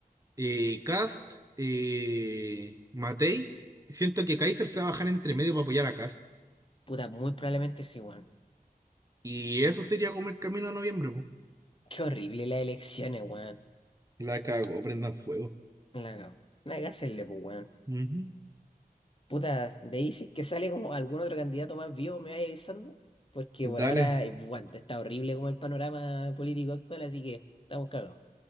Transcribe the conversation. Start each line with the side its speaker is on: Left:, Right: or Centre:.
Right: eh, Kast, eh, Matei. Siento que Kaiser se va a bajar entre medio para apoyar a Kast.
Left: Puta, muy probablemente sí, weón.
Right: Y eso sería como el camino a noviembre, pues.
Left: Qué horrible las elecciones, weón.
Right: La cago, prendan fuego.
Left: La cago. No hay que hacerle, pues, weón.
Right: Ujú.
Left: Puta, me dices que sale como algún otro candidato más vivo, me vaya avisando, porque
Right: Dale.
Left: por ahora, eh, bueno, está horrible como el panorama político actual, así que estamos cagados.